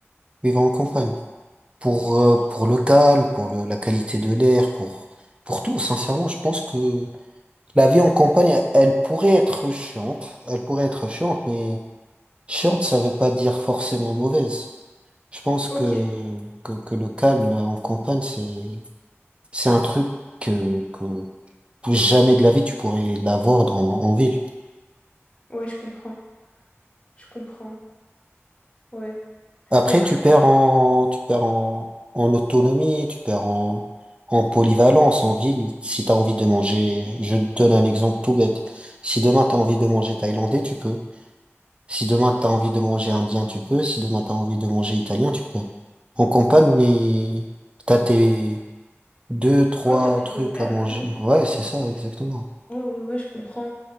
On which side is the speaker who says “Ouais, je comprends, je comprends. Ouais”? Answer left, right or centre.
Left